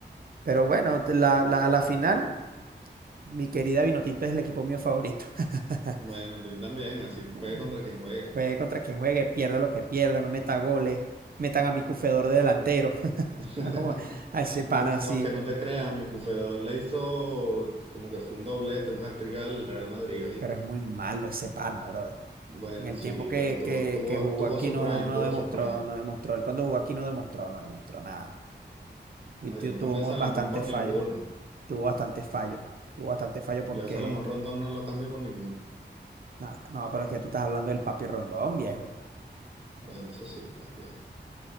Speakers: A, on the right; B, on the right.
A: Pero bueno, te- la, la, la final, mi querida Vinotinto es el equipo mío favorito. <laughs>
B: Bueno, tú también, así
A: Mm.
B: juegue contra quien juegue.
A: Juegue contra quien juegue, pierda lo que pierda, no meta goles, metan a mi cufedor de delantero, <laughs>
B: <laughs>
A: a ese pana
B: Aunque,
A: así.
B: aunque no te creas, mi cufeador le hizo como que fue un doblete, un hat-trick al Real Madrid, ¿viste?
A: Pero es muy malo ese pana, brother.
B: Bueno,
A: En el
B: sí,
A: tiempo que,
B: pero tuvo,
A: que,
B: tuvo,
A: que jugó
B: tuvo
A: aquí
B: su
A: no,
B: prime,
A: no
B: tuvo
A: demostró,
B: su prime.
A: no demostró. Él cuando jugó aquí no demostró, no demostró nada. Y
B: No,
A: tu-
B: yo no
A: tuvo
B: cambié
A: mo-
B: a Salomón
A: bastantes
B: por ninguno.
A: fallos. tuvo bastante fallo. Tuvo bastante fallo porque,
B: Yo a Salomón Rondón no lo cambio por ninguno.
A: ah, no, pero es que tú estás hablando del Papi Rondón, viejo.
B: Bueno, eso sí, también.